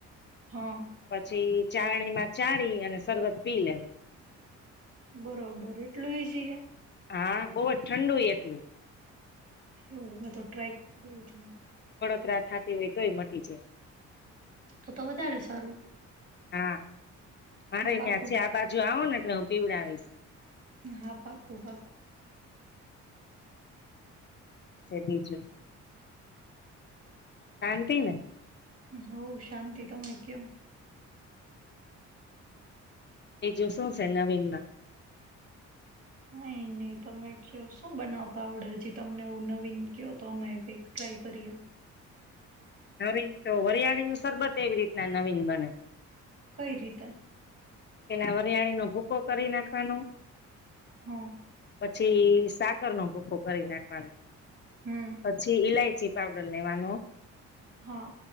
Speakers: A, on the right; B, on the left.
A: હા.
B: પછી ચારણીમાં ચારી અને શરબત પી લેવાનું.
A: બરોબર એટલું ઈઝી હે.
B: હા બહુ જ ઠંડુ એટલું.
A: એવું હ તો ટ્રાય કરું છું.
B: કતરા થતી હોય તોય મટી જાય.
A: તો તો વધારે સારું.
B: હા. મારે
A: હું
B: અહીંયા
A: પાકું
B: છે આ બાત. જો આવો ને એટલે હું પીવડાવીશ.
A: હા પાાકું પાકું.
B: બીજું. શાંતી ને?
A: હ શાંતિ તમે કહો?
B: બીજું શું છે નવીનમાં?
A: કઈ નહી તમે કહો શું બનાવતા ઓર્ડર હજી તમને? આવું નવીન કહો તો અમે કઇક ટ્રાય કરીએ.
B: નવીન તો વરિયાળી નું શરબત એવી રીતના નવીન બને.
A: કઈ રીતે?
B: એના વરિયાણીનો ભૂકો કરી નાખવાનો.
A: હા.
B: પછી સાકરનો ભૂકો કરી નાખવાનો.
A: હમ
B: પછી ઈલાય. ચી પાવડર લેવાનું.
A: હા.